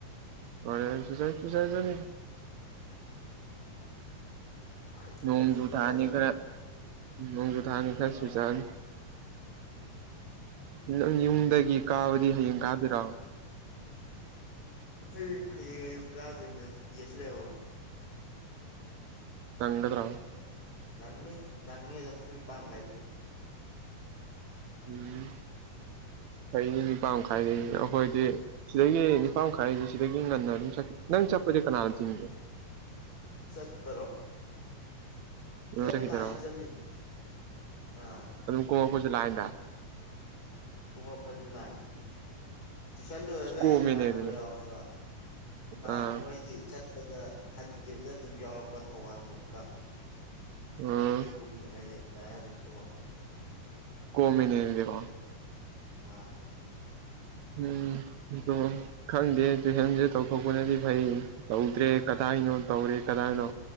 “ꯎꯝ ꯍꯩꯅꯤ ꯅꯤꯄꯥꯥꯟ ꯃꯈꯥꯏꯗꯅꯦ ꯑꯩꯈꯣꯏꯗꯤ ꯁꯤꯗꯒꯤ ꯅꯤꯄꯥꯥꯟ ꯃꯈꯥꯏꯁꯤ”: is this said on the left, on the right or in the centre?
Right